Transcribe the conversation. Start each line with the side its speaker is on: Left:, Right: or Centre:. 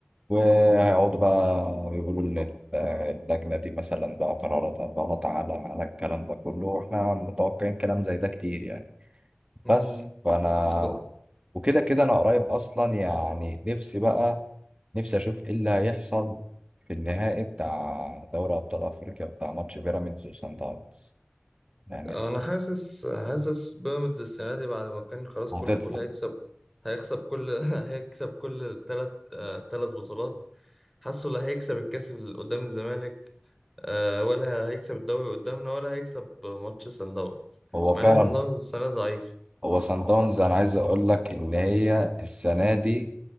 Right: وهيقعدوا بقى يقولوا ان ال- اللجنه دي مثلا بقى قراراتها غلط على على الكلام ده كله واحنا متوقعين كلام زي ده كتير يعني
Centre: مم.
Right: بس فانا
Centre: بس
Right: وكده كده انا قريب اصلا يعني نفسي بقى نفسي اشوف ايه اللي هيحصل في النهائي بتاع دوري ابطال افريقيا بتاع ماتش بيراميدز وسان داونز يعني
Centre: انا حاسس حاسس بيراميدز السنه دي بعد ما كان خلاص
Right: هتطلع
Centre: كله بيقول هيكسب هيكسب كل <laughs> هيكسب كل الثلاث الثلاث بطولات حاسه لا هيكسب الكاس اللي قدام الزمالك آه، ولا هيكسب الدوري قدامنا ولا هيكسب ماتش سان داونز
Right: هو
Centre: مع
Right: فعلا
Centre: ان سان داونز السنه ضعيفه
Right: هو سان داونز انا عايز اقول لك ان هي السنه دي